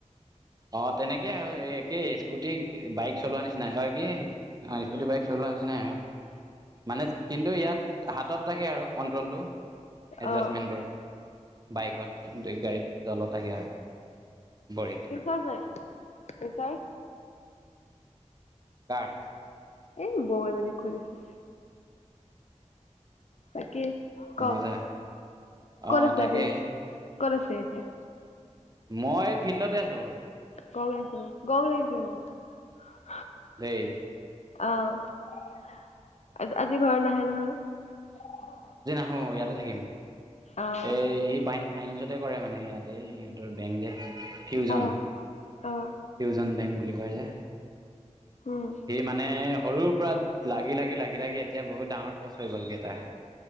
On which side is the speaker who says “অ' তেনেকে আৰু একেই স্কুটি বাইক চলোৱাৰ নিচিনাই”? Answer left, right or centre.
Right